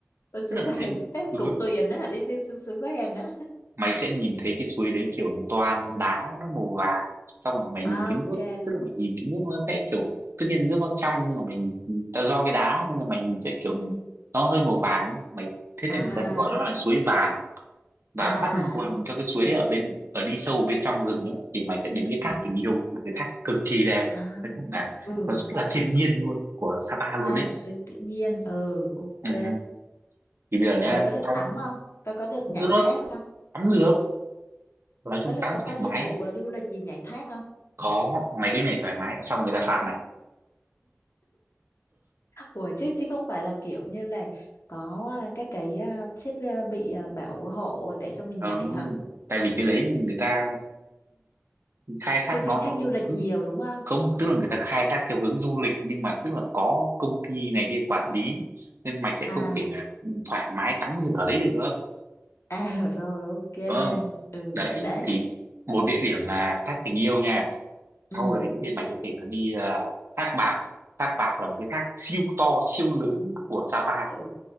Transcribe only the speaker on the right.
tức là mày
sẽ
ừ,
mày sẽ nhìn thấy cái suối đấy kiểu nó toàn đá nó màu vàng xong rồi mày nhìn
cái
nước tức là mày nhìn cái nước nó sẽ kiểu tất nhiên nước nó trong nhưng mà mình ta do cái đá nên là mày nhìn sẽ kiểu
nó hơi màu vàng ấy. mày thế nên
người ta sẽ gọi nó là suối vàng và
bắt nguồn
cho cái suối đấy ở bên ở đi sâu bên trong rừng ấy thì mày sẽ đến cái thác
tình yêu một cái thác cực kỳ đẹp
nói chung là
nó rất là thiên nhiên luôn của Sapa luôn
ấy
ừ. thì bây giờ nhá
trong
nước
tắm được nói chung
tắm
thoải
mái
có mày cứ nhảy thoải mái xong người ta phạt mày
ừ,
tại vì cái đấy người ta khai thác
nó
theo
cái
hướng
không
tức là người ta khai thác theo hướng du lịch nhưng mà tức là có công ty này kia quản lý nên mày sẽ
không thể là thoải mái tắm rửa đấy được
đúng không
đấy
thì một địa điểm là thác tình yêu nha
sau đấy thì mày có thể là đi ờ, thác bạc thác bạc là một cái thác siêu to siêu lớn của Sapa